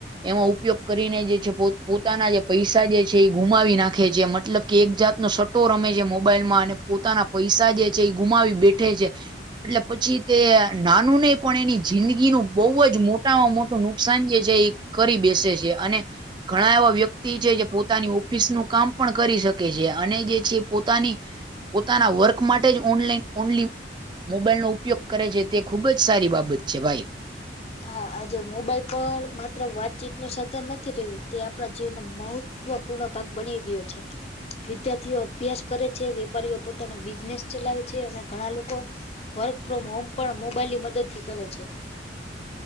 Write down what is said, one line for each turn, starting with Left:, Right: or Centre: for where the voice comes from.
Right: એમો ઉપયોગ કરીને જે છે પોત પોતાના જે પૈસા જે છે એ ગુમ્માવી નાખે જે મતલબ કે એક જાત નો સટ્ટો રમે જે મોબાઈલ માં આને પોતાના પૈસા જે છે ઈ ગુમાવી બેઠે જે એટલે પછી તે નાનું નઈ પણ એની જિંનગીનું બોવ જ મો મોટાંમ મોટું નુકસાન જે છે, ઈ કરી બેસે છીએ અને ખણા એવો વ્યક્તિ છે, જે પોતાની ઓફિસ નું કામ પણ કરી શકે છે, અને જે છે પોતાની પોતાના વર્ક માટે જ ઓનલેઈન ઓનલી મોબાઇલનો ઉપયોગ કરે, જે-તે ખુબ જ સારી બાબત છે ભાઈ.
Left: આહા આજે મોબાઈલ પર માત્ર વાતચીતનું સાધન નથી તયુ, તે આપળા જીવનું મહ ત્વપૂર્ણ ભાગ બની ગીયો છે. વિદ્યાર્થીઓ અભ્યાસ કરે છે, વેપારીઓ પોતાનો બિઝનેસ ચલાવે છે, અને કણા લોકો વર્કપ્રોમ હોમ પણ મોબાઈલની મદદથી કલે છે.